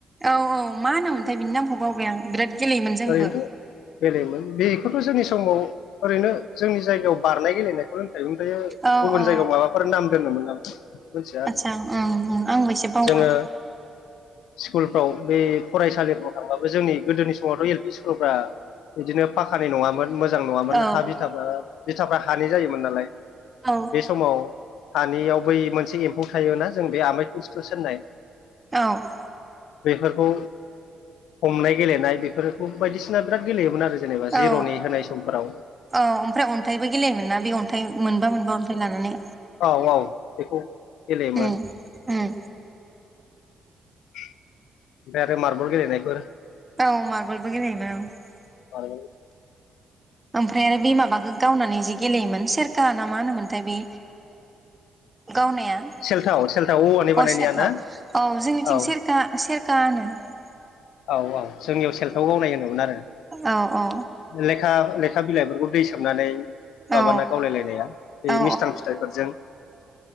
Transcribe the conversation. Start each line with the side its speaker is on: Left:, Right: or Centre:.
Right: औ औ मा होनामोनथाय बिनि नामखौ बावबाय आं बिराद गेलेयोमोन जोंबो
Left: ओरैनोथ' बेलेमोन बेखौथ' जोंनि समाव ओरैनो जोंनि जायगायाव बारनाय गेलेनायखौल होनखायोमोन। ओमफ्र
Right: औ
Left: गुबुन
Right: औ
Left: जायगायाव माबाफोर नाम दोनोममोन नामा? मिथिया आरो
Right: आदसा ओं ओं आंबो एसे बावबाय
Left: जोङो स्कुलफ्राव बे फरायसालिफ्राव थांबाबो जोंनि गोदोनि सम समावथ' एल पि स्कुलफ्रा बिदिनो फाखानि नङामोन मोजां नङामोन
Right: औ
Left: हा बिथाफ्रा बिथाफ्रा हानि जायोमोन नालाय,
Right: औ
Left: बे समाव हानियाव बै मोनसे एम्फौ थायोना जों बे आमाय थुस थुस होननाय
Right: औ ।
Left: बेफोरखौ हमनाय गेलेनाय बेफोरखौ बायदिसिना बिराद गेलेयोमोन आरो जेनेबा जिर'नि
Right: औ
Left: होनाय समफोराव
Right: औ ओमफ्राय अन्थाइबो गेलेयोमोन ना बे अन्थाइ मोनबा मोनबा अन्थाइ लानानै
Left: औ औ बेखौ गेलेयोमोन
Right: उम
Left: ।
Right: उम
Left: बे आरो मारबल गेलेलनायफोर ।
Right: औ मारगलबो गेलेयो मोन औ ।
Left: औ दे ।
Right: ओमफ्राय आरो बे माबाखौ गावनानै जि गेलेयोमोन सेरखा ना मा होनोमोनथाय बे
Left: <inaudible>
Right: गावनाया अ
Left: सेल्थाव सेल्थाव औवानि बानायनाया
Right: सेलथाव
Left: ना
Right: औ जोंनिथिं
Left: औ
Right: सेरखा सेर खा होनो ।
Left: औ औ जोंनियाव सेलथाव गावनाय होनोमोन आरो
Right: औ औ
Left: बे खा लेखा बिलाइफोरखौ दै सोमनानै
Right: औ
Left: माबाना गावलायलायनाया बे
Right: औ
Left: मिस्थां फिथाइफोरजों